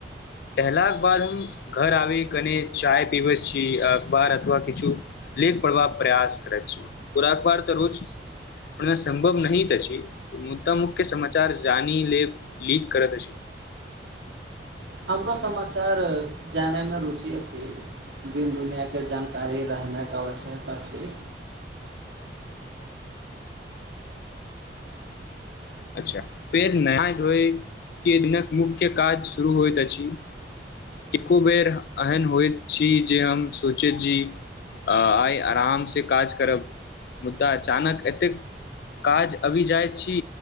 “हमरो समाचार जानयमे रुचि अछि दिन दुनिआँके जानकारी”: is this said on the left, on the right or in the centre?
Right